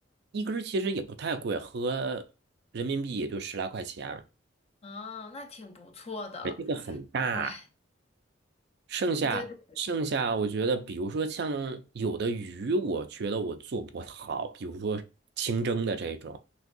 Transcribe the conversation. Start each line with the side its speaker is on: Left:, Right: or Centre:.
Right: 一根儿其实也不太贵，合人民币也就十来块钱，
Left: 哦，那挺不错的。
Right: 对这个很大。
Left: 哎，
Right: 剩下剩下，
Left: 对对对，
Right: 我觉得比如说像有的鱼，我觉得我做不好，比如说清蒸的这种，